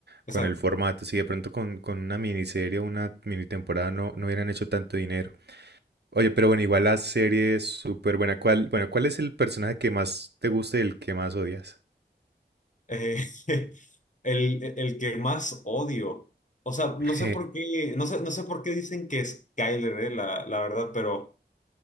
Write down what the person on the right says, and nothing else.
con el formato. Si de pronto con, con una miniserie o una mini temporada no, no hubieran hecho tanto dinero. Oye, pero bueno, igual la serie es súper buena. ¿Cuál, bueno, ¿cuál es el personaje que más te gusta y el que más odias?
<laughs>